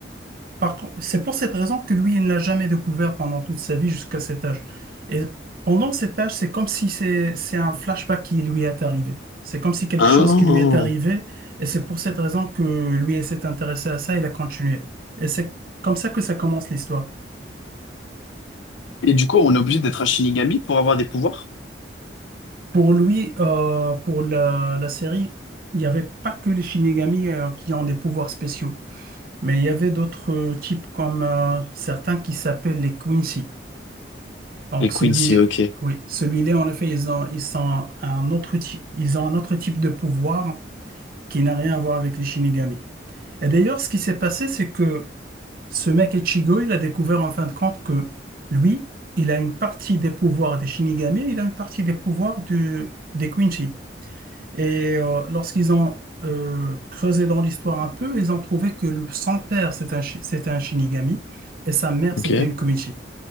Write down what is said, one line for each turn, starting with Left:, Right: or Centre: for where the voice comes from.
Right: Par contre, c'est pour cette raison que lui, il ne l'a jamais découvert pendant toute sa vie jusqu'à cet âge. Et pendant cet âge, c'est comme si c'est, c'est un flashback qui lui est arrivé. C'est comme si quelque
Left: Ah.
Right: chose qui lui est arrivé, et c'est pour cette raison que lui, il s'est intéressé à ça, il a continué. Et c'est comme ça que ça commence l'histoire.
Left: Et du coup, on est obligé d'être un Shinigami pour avoir des pouvoirs?
Right: Pour lui, euh, pour la, la série, il n'y avait pas que les Shinigami euh, qui ont des pouvoirs spéciaux, mais il y avait d'autres euh, types comme euh, certains qui s'appellent les Quincy. Donc
Left: Les Quincy,
Right: celui,
Left: ok.
Right: oui, celui-là, en effet, ils ont, ils sont un autre type, ils ont un autre type de pouvoir qui n'a rien à voir avec les Shinigami. Et d'ailleurs, ce qui s'est passé, c'est que ce mec Ichigo, il a découvert en fin de compte que lui, il a une partie des pouvoirs des Shinigami, il a une partie des pouvoirs du- des Quincy. Et euh, lorsqu'ils ont euh, creusé dans l'histoire un peu, ils ont trouvé que le- son père, c'était un, shi- c'était un Shinigami et sa mère,
Left: Ok.
Right: c'était une Kumichi.